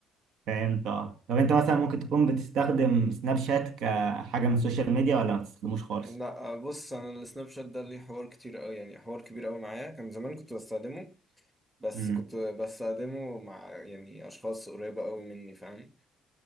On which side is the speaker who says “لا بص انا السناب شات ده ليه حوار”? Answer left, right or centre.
Centre